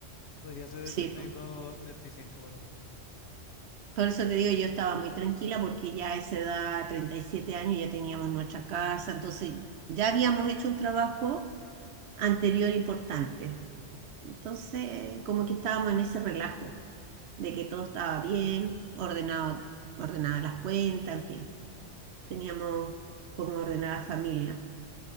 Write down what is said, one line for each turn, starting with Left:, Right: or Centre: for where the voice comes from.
Left: podría ser
Right: sí,
Left: de treinta y dos, treinta y cinco por ahí.
Right: Por eso te digo, yo estaba muy tranquila porque ya a esa edad, 37 años, ya teníamos nuestra casa, entonces ya habíamos hecho un trabajo anterior importante. Entonces, como que estábamos en ese relajo de que todo estaba bien, ordenado, ordenadas las cuentas, en fin, teníamos como ordenada la familia.